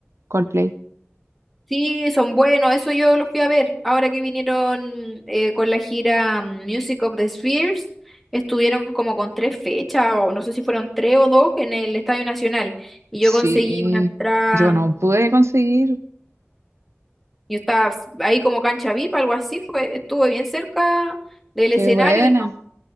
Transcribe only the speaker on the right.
Coldplay.
Sí,
yo no
pude conseguir.
Qué
buena.